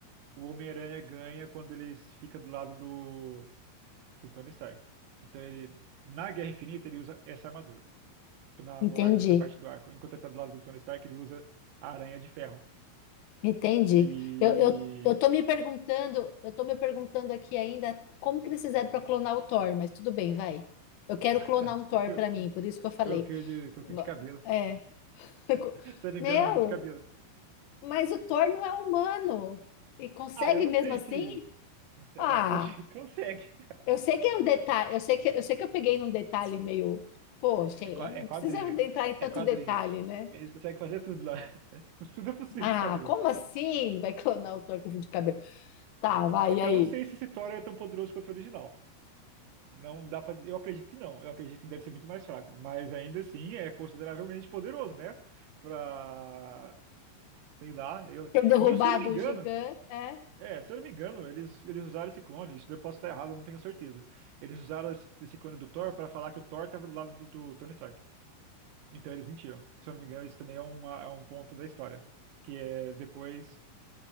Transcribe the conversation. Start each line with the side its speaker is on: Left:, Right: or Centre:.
Right: o Homem-Aranha ganha quando ele fica do lado do, do Tony Stark. Então ele, na Guerra Infinita, ele usa essa armadura. Tipo, na,
Left: Entendi,
Right: no ar- nessa parte do arco. Enquanto ele tá do lado do Tony Stark, ele usa a aranha de ferro.
Left: entendi.
Right: E.
Left: Eu, eu, eu tô me perguntando, eu tô me perguntando aqui ainda como que eles fizeram para clonar o Thor, mas tudo bem, vai. Eu quero
Right: <laughs>
Left: clonar um
Right: o
Left: Thor
Right: fio-
Left: para mim, por isso que eu falei.
Right: Foi o fio de, foi o
Left: Va-
Right: fio de cabelo.
Left: É. <laughs>
Right: <laughs> Se eu não me
Left: Meu,
Right: engano, foi o fio de cabelo.
Left: mas o Thor não é humano e consegue
Right: Ah, eu não
Left: mesmo
Right: sei
Left: assim?
Right: se. Não sei,
Left: Ah,
Right: é, <laughs> pelo jeito que consegue.
Left: eu sei que é um detalhe, eu sei que eu sei que eu peguei num detalhe meio, pô,
Right: É
Left: Sheila,
Right: qua-
Left: não
Right: é quadrinho.
Left: precisa entrar em tanto
Right: É quadrinho.
Left: detalhe, né?
Right: Eles conseguem fazer tudo lá. Tudo é possível
Left: Ah,
Right: dos quadrinhos.
Left: como assim vai <laughs> clonar o Thor com fio de cabelo? Tá, vai,
Right: Só
Left: e
Right: que
Left: aí?
Right: eu não sei se esse Thor é tão poderoso quanto o original. Não dá para, eu acredito que não. Eu acredito que deve ser muito mais fraco, mas ainda assim é consideravelmente poderoso, né? Pra, sei lá, eu...
Left: ter derrubado
Right: E se eu não me engano,
Left: o gigante. É,
Right: é, se eu não me engano, eles eles usaram esse clone, isso eu posso estar errado, eu não tenho certeza. Eles usaram esse, esse clone do Thor para falar que o Thor tava do lado do, do Tony Stark. Então eles mentiram. Se eu não me engano, isso também é uma, é um ponto da história, que é depois,